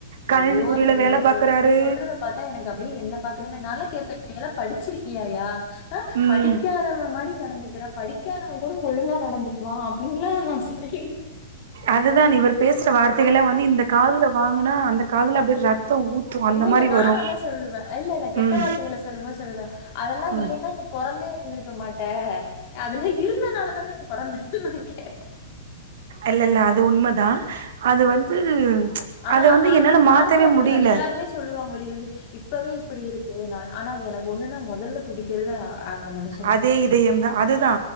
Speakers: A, on the right; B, on the left.
A: கணினித்துரையில
B: ஐயோ! நீங்க
A: வேல பாக்குறாரு
B: சொல் நீ சொல்றத பாத்தா எனக்கு அப்டியே என்ன பாக்குற மாரி பாலா கேப்பே நீளா படிச்சிருக் கியாயா ஆ
A: ம்
B: படிக்காதவ மாதிரி நடந்துக்குற படிக்காதவ கூட ஒழுங்காக நடந்துக்குவா அப்டின்ல்லா நா சொல்லிருக்கே
A: அதுதா இவர் பேசுற வார்த்தைகள் எல்லா‌ வந்து இந்த காதுல வாங்குன்னா அந்த காதுல அப்டியே ரெத்தோ ஊத்து அந்த
B: இல்லல்ல
A: மாரி
B: நானு
A: வரு
B: அதா சொல்லுவே இல்லல்ல கெட்ட
A: ம்
B: வார்த்தைகள சொல்லும்போது சொல்லுவே அதெல்லா
A: ம்
B: இல்லலன்னா நீ பொறந்தே இருந்திருக்க மாட்ட அதுல இருந்தனாலதானே நீ பொறந்தா கேட்டே
A: இல்லல்ல அது உண்மதா அது வந்து
B: ஆனா
A: அத
B: நா
A: என்னால
B: வந்து நானுமே
A: மாத்தவே
B: அப்டிதா
A: முடியல
B: எல்லாருமே சொல்லுவங்க வெளியிலருந்து இப்பவே இப்டி இருக்கு ஆனா எனக்கு ஒண்ணுன்ன மொதல துடிக்கிறது அந்த மனுஷ
A: அதே இதயம்தா அதுதா